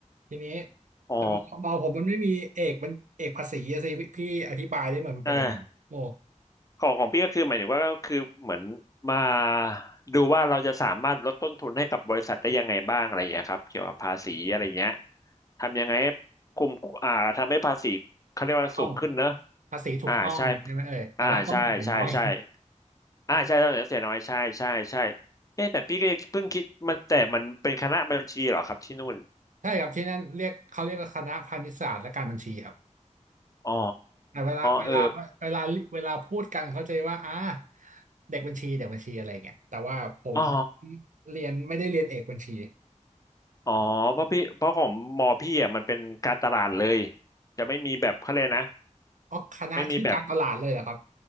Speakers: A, on the right; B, on the left.
A: ทีนี้
B: อ๋อ
A: แต่มอผมมันไม่มีเอกเป็นเอกภาษีอะสิพี่พี่อธิบายได้เหมือนมันเป็นยังไงโม
B: อ่าของของพี่ก็คือหมายถึงว่าก็คือเหมือนมาดูว่าเราจะสามารถลดต้นทุนให้กับบริษัทได้ยังไงบ้างอะไรอย่างเงี้ยครับเกี่ยวกับภาษีอะไรเงี้ยทำยังไงให้คุมอ่าทำให้ภาษีเขาเรียกว่าสูงขึ้นเนอะ
A: ต้องภาษีถูกต้องใช่ไหมเอ่ยแต่ว่าต้องจ่ายน้อย
B: อ่าใช่อ่าใช่ใช่ใช่อ่าใช่ต้องเสียน้อยใช่ใช่ใช่เอ๊ะแต่พี่ก็ยังเพิ่งคิดมันแต่มันเป็นคณะบัญชีเหรอครับที่นู่น
A: ใช่ครับที่นั่นเรียกเขาเรียกว่าคณะพาณิชยศาสตร์และการบัญชีครับ
B: อ๋อ
A: แต่เวลาเวลาเวลาเวลาพูดกันเขาใจะว่าอ่า
B: เออ
A: เด็กบัญชีเด็กบัญชีอะไรเงี้ยแต่ว่าผม
B: อ๋อ
A: เรียนไม่ได้เรียนเอกบัญชี
B: อ๋อเพราะพี่เพราะของมอพี่อ่ะมันเป็นการตลาดเลยจะไม่มีแบบเขาเลยกนะ
A: อ๋อคณะชื่อการตลาดเลยเหรอครับ
B: ไม่มีแบบ